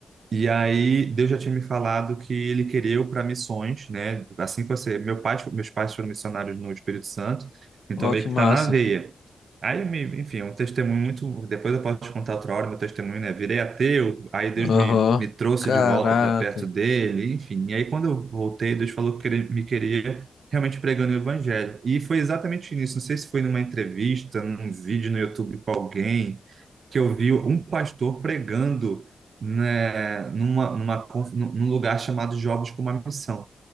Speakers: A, on the right; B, on the left.
A: E aí, Deus já tinha me falado que ele queria eu para missões, né? Assim que você. Meu pai, meus pais foram missionários no Espírito Santo, então
B: Ó,
A: meio
B: que
A: que
B: massa.
A: tá na veia. Aí, me- enfim, é um testemunho muito. Depois eu posso te contar outra hora meu testemunho, né? Virei ateu, aí Deus me,
B: Aham.
A: me trouxe
B: Caraca.
A: de volta para perto dele, enfim. E aí, quando eu voltei, Deus falou que ele me queria realmente pregando o evangelho. E foi exatamente nisso. Não sei se foi numa entrevista, num vídeo no YouTube com alguém, que eu vi um pastor pregando, né, numa, numa, conf- num num lugar chamado Jovens com uma Missão.